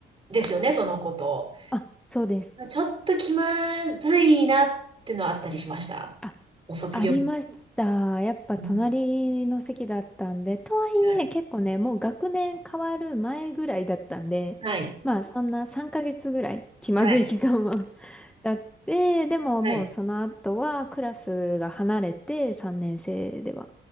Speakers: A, on the right (about 25°); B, in the centre.
A: ですよね、その子と。
B: あ、そうです。
A: ちょっと気まずいなってのはあったりしました。
B: あ
A: お卒業。
B: ありました。やっぱ隣の席だったんで、
A: う
B: とはいえ結構ね、
A: はい。
B: もう学年変わる前ぐらいだったんで、
A: はい。
B: まあそんな3ヶ月ぐらい気まずい期間は
A: はい。
B: <laughs> だって、でももうその後はクラスが離れて3年生では。
A: はい。